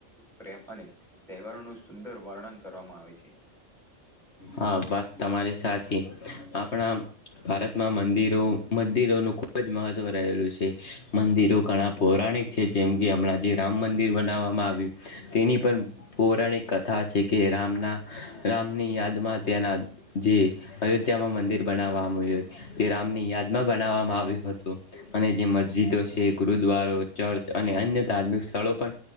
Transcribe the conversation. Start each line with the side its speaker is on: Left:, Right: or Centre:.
Centre: પ્રેમ અને તહેવારો ન સુંદર વર્ણન કરવામાં આવે છે.
Left: હા બાત તમારી સાચી આપણા ભારતમાં મંદિરો મંદિરોનું ખૂબ ખૂબ જ મહત્વ રહેલું છે મંદિરો ઘણા પૌરાણિક છે જેમ કે હમણાં જે રામ મંદિર બનાવા આવ તેની પણ પૌરાણિક કથા છે કે રામના રામની યાદમાં તેના જે અયોધ્યામાં મંદિર બનાવવા આવ્યું છે તે રામની યાદ બનાવામાં આવ્યું હતું અને જે મસ્જિદો છે ગુરુદ્વારો ચર્ચ અને અન્ય ધાર્મિક સ્થળો પણ